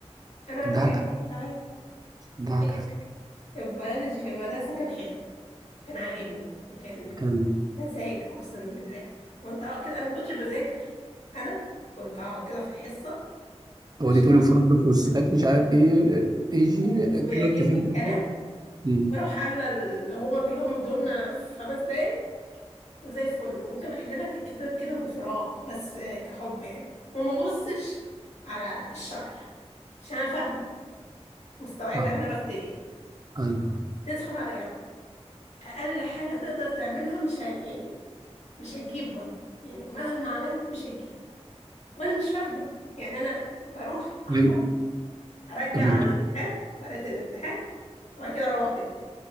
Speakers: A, on the left (about 85°); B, on the right (about 35°).
A: انا اقول
B: ضحك
A: لك حاجه تضحك عليا
B: ضحك
A: ايه
B: عليك
A: البيولوجي في المدرسه كان حلو كان عاجبني وكان
B: حلو
A: مزاج اقسم بالله كنت اقعد كده انا ما كنتش بذاكر انا كنت اقعد كده في الحصه
B: هو
A: يشرح
B: دي تقولي فرد
A: لي
B: فوسفات مش عارف ايه اي جي
A: و- ويعجبني
B: كده انت فاهم
A: الكلام
B: أمم،
A: واروح حل الهوم ورك اللي هم ادولنا في خمس دقايق وزي الفل وممكن احل لك الكتاب كده من فراغ بس كحب يعني وما ببصش على الشرح عشان انا فاهمه مستوعبة
B: فاهم.
A: أنا بكتب إيه
B: ايوه
A: تدخل على جامعة أقل حاجة تقدر تعملها مش ه... يعني مش هتجيب برضه يعني مهما عملت مش هتجيب وأنا مش فاهمة يعني أنا بروح أحفظ
B: أيوة.
A: أرجع
B: الم-
A: على الامتحان ورقة الامتحان وبعد كده أروح بيتنا